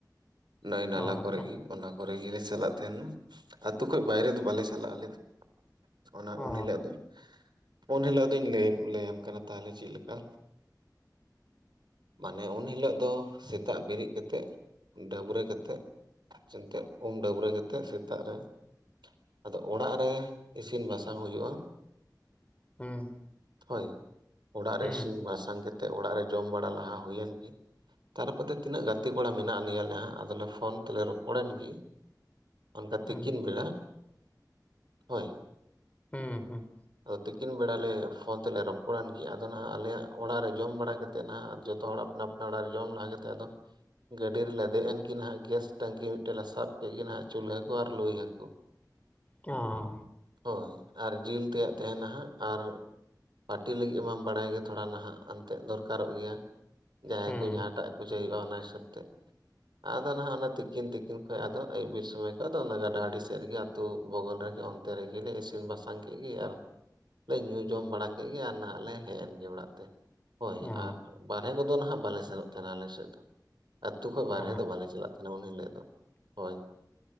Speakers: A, on the right; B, on the left.
A: ᱱᱟᱹᱭ ᱱᱟᱞᱟ
B: ᱚ ᱟᱪᱪᱷᱟ
A: ᱠᱚᱨᱮ ᱜᱤ ᱚᱱᱟ ᱠᱚᱨᱮ ᱜᱮᱞᱮ ᱪᱟᱞᱟᱜ ᱛᱟᱦᱮᱸᱱᱟ ᱟᱛᱳ ᱠᱷᱚᱱ ᱵᱟᱭᱨᱮ ᱫᱚ ᱵᱟᱞᱮ ᱪᱟᱞᱟᱜ ᱟᱞᱮ ᱫᱚ ᱚᱱᱟ
B: ᱚ
A: ᱩᱱ ᱦᱤᱞᱳᱜ ᱫᱚ ᱩᱱ ᱦᱤᱞᱳᱜ ᱫᱚ ᱞᱟᱹᱭ ᱞᱟᱹᱭᱟᱢ ᱠᱟᱱᱟ ᱛᱟᱦᱚᱞᱮ ᱪᱮᱫ ᱞᱮᱠᱟ ᱢᱟᱱᱮ ᱩᱱ ᱦᱤᱞᱚᱜ ᱫᱚ ᱥᱮᱛᱟᱜ ᱵᱮᱨᱮᱫ ᱠᱟᱛᱮᱫ ᱰᱟᱹᱵᱽᱨᱟᱹ ᱠᱟᱛᱮᱜ ᱟᱨ ᱮᱱᱛᱮᱫ ᱩᱢ ᱰᱟᱹᱵᱽᱨᱟᱹ ᱠᱟᱛᱮᱫ ᱥᱮᱛᱟᱜ ᱨᱮ ᱟᱫᱚ ᱚᱲᱟᱜ ᱨᱮ ᱤᱥᱤᱱ ᱵᱟᱥᱟᱝ ᱦᱩᱭᱩᱜᱼᱟ
B: ᱦᱩᱸ
A: ᱦᱳᱭ ᱚᱲᱟᱜ
B: ᱦᱩᱸ
A: ᱨᱮ ᱤᱥᱤᱱ ᱵᱟᱥᱟᱝ ᱠᱟᱛᱮᱜ ᱚᱲᱟᱜ ᱨᱮ ᱡᱚᱢ ᱵᱟᱲᱟ ᱞᱟᱦᱟ ᱦᱩᱭᱮᱱ ᱜᱮ ᱛᱟᱨᱯᱚᱫᱮ ᱛᱤᱱᱟᱹᱜ ᱜᱟᱛᱮ ᱠᱚᱲᱟ ᱢᱮᱱᱟᱜ ᱞᱮᱭᱟᱞᱮ ᱦᱟᱸᱜ ᱟᱫᱚᱞᱮ ᱯᱷᱳᱱ ᱛᱮᱞᱮ ᱨᱚᱯᱚᱲᱮᱱ ᱜᱮ ᱚᱱᱠᱟ ᱛᱤᱠᱤᱱ
B: ᱦᱩᱸ
A: ᱵᱮᱲᱟ ᱦᱳᱭ
B: ᱦᱩᱸ ᱦᱩᱸ
A: ᱟᱫᱚ ᱛᱤᱠᱤᱱ ᱵᱮᱲᱟ ᱞᱮᱮ ᱯᱷᱚᱱ ᱛᱮᱞᱮ ᱨᱚᱯᱚᱲᱟᱱ ᱜᱮ ᱟᱫᱚ ᱱᱟᱦᱟᱜ ᱟᱞᱮᱭᱟᱜ ᱚᱲᱟᱜ ᱨᱮ ᱡᱚᱢ ᱵᱟᱲᱟ ᱠᱟᱛᱮᱫ ᱱᱟᱦᱟᱜ ᱡᱚᱛᱚ ᱦᱚᱲ ᱟᱯᱱᱟᱨ ᱚᱱᱟ ᱨᱮ ᱡᱚᱢ ᱞᱟᱦᱟ ᱠᱟᱛᱮᱫ ᱟᱫᱚ ᱜᱟᱹᱰᱤ ᱨᱮᱞᱮ ᱫᱮᱡ ᱮᱱᱟ ᱱᱟᱦᱟᱜ ᱜᱮᱥ ᱴᱟᱹᱝᱠᱤ ᱢᱤᱫᱴᱮᱱ ᱞᱮ ᱥᱟᱵ ᱠᱮᱫ ᱜᱮ ᱱᱟᱦᱟᱜ ᱪᱩᱞᱦᱟᱹᱠᱩ ᱟᱨ ᱞᱩᱭ ᱦᱟᱹᱠᱩ
B: ᱚᱸ
A: ᱦᱚᱸ ᱟᱨ ᱡᱤᱞ ᱛᱮᱭᱟᱜ ᱛᱟᱦᱮᱱᱟ ᱦᱟᱸᱜ ᱟᱨ ᱯᱟᱨᱴᱤ ᱞᱟᱹᱜᱤᱫ ᱢᱟᱢ ᱵᱟᱲᱟᱭ ᱜᱮ ᱛᱷᱚᱲᱟ ᱱᱟᱦᱟᱜ ᱮᱱᱛᱮ ᱫᱚᱨᱠᱟᱨᱚᱜ ᱜᱮᱭᱟ ᱡᱟᱦᱟᱸᱭ
B: ᱦᱩᱸ
A: ᱠᱚ ᱡᱟᱦᱟᱸᱴᱟᱜ ᱪᱟᱹᱭᱟᱹᱵᱟ ᱚᱱᱟ ᱦᱤᱥᱟᱹᱵ ᱛᱮ ᱟᱫᱚ ᱱᱟᱦᱟᱜ ᱚᱱᱟ ᱛᱤᱠᱤᱱ ᱛᱤᱠᱤᱱ ᱠᱷᱫᱚ ᱟᱹᱭᱩ ᱵᱤᱨ ᱥᱚᱢᱚᱭ ᱠᱚᱫᱚ ᱚᱱᱟ ᱜᱟᱰᱟ ᱟᱹᱰᱤ ᱥᱮᱫ ᱨᱮᱜᱮ ᱛᱚ ᱵᱚᱜᱚᱞ ᱨᱮᱜᱮ ᱚᱱᱛᱮ ᱨᱮᱜᱮ ᱤᱥᱤᱱ ᱵᱟᱥᱟᱝ ᱠᱮᱜ ᱜᱮᱭᱟ ᱟᱨ ᱞᱮ ᱧᱩ ᱡᱚᱢ ᱵᱟᱲᱟ ᱠᱮᱜ ᱜᱮᱭᱟ ᱟᱨ ᱱᱟᱦᱟᱜ ᱞᱮ ᱦᱮᱡ ᱮᱱ ᱜᱮ ᱚᱲᱟᱜ ᱛᱮ ᱦᱚᱭ
B: ᱚ
A: ᱟᱨ ᱵᱟᱨ ᱦᱮ ᱠᱚᱫᱚ ᱱᱟᱦᱟᱜ ᱵᱟᱞᱮ ᱥᱮᱱᱚᱜ ᱛᱟᱦᱮᱱᱟ ᱟᱞᱮ ᱥᱮᱫ ᱫᱚ ᱟᱹᱛᱩ ᱠᱷᱚᱱ ᱵᱟᱨᱦᱮ
B: ᱚ
A: ᱫᱚ ᱵᱟᱞᱮ ᱪᱟᱞᱟᱜ ᱛᱟᱦᱮᱱᱟ ᱩᱱ ᱦᱤᱞᱚᱜ ᱫᱚ ᱦᱚᱭ